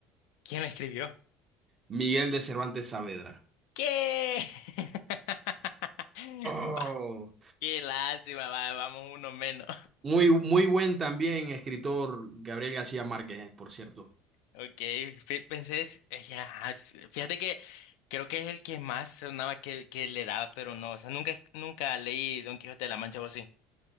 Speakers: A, on the left; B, on the right.
A: ¿Quién la escribió?
B: Miguel de Cervantes Saavedra.
A: ¿Qué? <laughs>
B: Oh,
A: Bah, qué lástima, va, vamos uno menos.
B: muy, muy buen también escritor Gabriel García Márquez, eh, por cierto.
A: Ok, fí- pensé, es- eh, ya, ajá, s- fíjate que creo que es el que más sonaba que, que le daba, pero no, o sea, nunca, nunca leí Don Quijote de la Mancha, ¿vos sí?